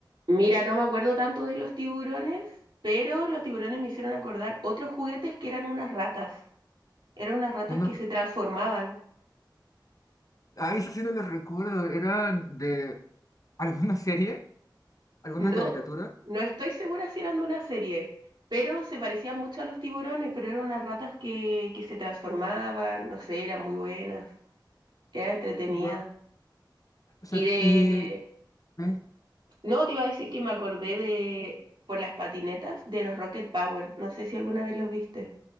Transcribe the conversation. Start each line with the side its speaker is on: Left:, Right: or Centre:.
Right: Mira, no me acuerdo tanto de los tiburones, pero los tiburones me hicieron acordar otros juguetes que eran unas ratas. Eran unas ratas
Left: ¿Uno?
Right: que se transformaban.
Left: Ah, eso sí no les recuerdo. ¿Era de alguna serie? ¿Alguna
Right: No,
Left: caricatura?
Right: no estoy segura si eran de una serie, pero se parecían mucho a los tiburones, pero eran unas ratas que, que se transformaban, no sé, eran muy buenas, eran entretenidas.
Left: Guau. O sea,
Right: Y de...
Left: y... ¿eh?
Right: No, te iba a decir que me acordé de... por las patinetas de los Rocket Power. No sé si alguna vez los viste.